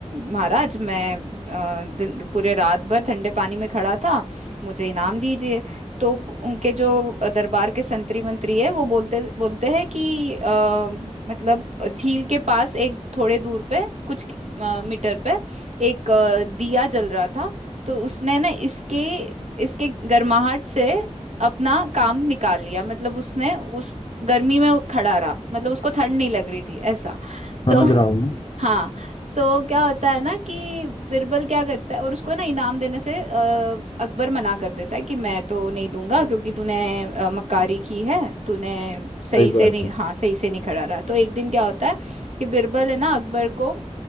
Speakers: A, on the right; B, on the left.
A: महाराज मैं अ, दिन- पूरे रात भर ठंडे पानी में खड़ा था मुझे इनाम दीजिए तो उनके जो दरबार के संतरी मंत्री है वो बोलते बोलते हैं कि अ, मतलब झील के पास एक थोड़े दूर पे कुछ कि- अ, मीटर पे एक अ, दिया जल रहा था तो उसने ना इसके इसके गर्माहट से अपना काम निकाल लिया मतलब उसने उस गर्मी में खड़ा रहा मतलब उसको ठंड नहीं लग रही थी ऐसा
B: समझ
A: तो
B: रहा हूँ मैं
A: हाँ तो क्या होता है ना कि बिरबल क्या करता है और उसको ना इनाम देने से अ, अकबर मना कर देता है कि मैं तो नहीं दूंगा क्योंकि तूने अ, मक्कारी की है तूने सही
B: सही
A: से
B: बात
A: नहीं
B: है
A: हाँ सही से नहीं खड़ा रहा तो एक दिन क्या होता है कि बिरबल है ना अकबर को